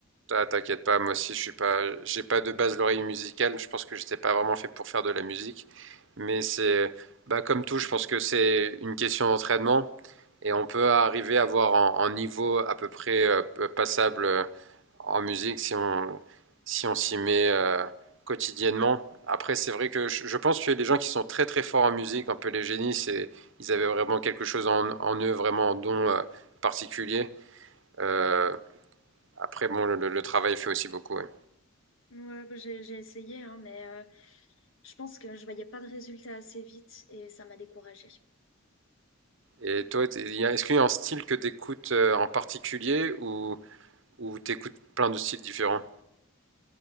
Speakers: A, on the right (about 60°); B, on the left (about 65°).
A: Ah, T'inquiète pas, moi aussi, je suis pas, j'ai pas de base l'oreille musicale. Je pense que j'étais pas vraiment fait pour faire de la musique. Mais c'est, bah, comme tout, je pense que c'est une question d'entraînement et on peut arriver à avoir un, un niveau à peu près euh, passable euh, en musique si on si on s'y met euh, quotidiennement. Après, c'est vrai que je, je pense que les gens qui sont très très forts en musique, un peu les génies, c'est ils avaient vraiment quelque chose en, en eux, vraiment un don euh, particulier. Euh, après, bon, le, le travail fait aussi beaucoup. ouais.
B: Ouais, bah, j'ai j'ai essayé, hein, mais euh, je pense que je voyais pas de résultat assez vite et ça m'a découragée.
A: Et toi, t'es- il y a- est-ce qu'il y a un style que tu écoutes en particulier ou, ou tu écoutes plein de styles différents?